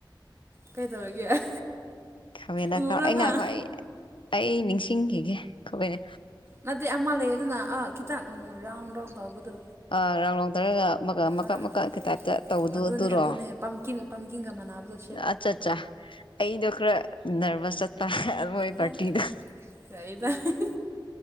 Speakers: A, on the right; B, on the left.
A: ꯀꯩꯗꯧꯔꯒꯦ
B: ꯈꯥꯃꯦꯟ
A: ꯎꯕ꯭ꯔꯥ
B: ꯑꯈꯥ ꯑꯩ
A: ꯅꯪ
B: ꯉꯥꯏꯈꯣ ꯑꯩ ꯑꯩ ꯅꯤꯡꯁꯤꯡꯈꯤꯒꯦ ꯀꯩꯅꯦ
A: ꯅꯠꯇꯦ ꯑꯃ ꯂꯩꯗꯅ ꯑꯥ ꯈꯤꯇꯪ ꯔꯥꯎꯟ ꯗꯧꯅ ꯇꯧꯕꯗꯣ
B: ꯑ ꯔꯥꯎꯟ ꯔꯥꯎꯟꯇꯔꯒ ꯃꯀꯛ
A: ꯑꯥ
B: ꯃꯀꯛꯀꯤ ꯇꯥꯏꯞꯇ ꯇꯧꯕꯗꯨ
A: ꯑꯗꯨꯅꯦ
B: ꯑꯗꯨꯔꯣ
A: ꯑꯗꯨꯅꯦ ꯄꯝꯀꯤꯟ ꯄꯝꯀꯤꯟꯒ ꯃꯥꯟꯅꯕꯗꫭ
B: ꯑꯠꯆꯥ ꯆꯥ ꯑꯩꯗꯣ ꯈꯔ ꯅꯔꯚꯁ ꯆꯠꯄ ꯑꯈꫭꯏ
A: ꯍꯦ
B: ꯄꯥꯔꯇꯤꯗ
A: ꯌꯥꯔꯦꯗ ꯑꯩꯁꯨ